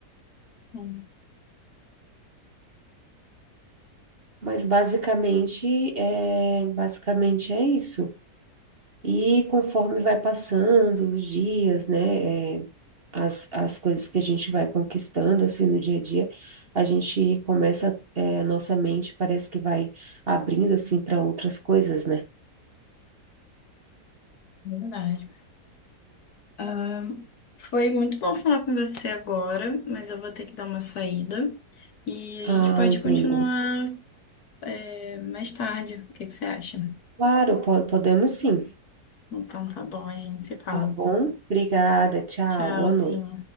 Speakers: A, on the left; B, on the right.
A: Sim,
B: Mas basicamente é, basicamente é isso. E conforme vai passando os dias, né, é, as, as coisas que a gente vai conquistando, assim, no dia a dia, a gente começa, é, a nossa mente parece que vai abrindo, assim, para outras coisas, né?
A: verdade. Ahn, foi muito bom falar com você agora, mas eu vou ter que dar uma saída e a
B: Ah,
A: gente pode
B: entendo.
A: continuar É, mais tarde. O que que você acha?
B: Claro, po- podemos sim.
A: Então tá bom, a gente se fala.
B: Tá bom? Obrigada, tchau,
A: Tchauzinho.
B: boa noite.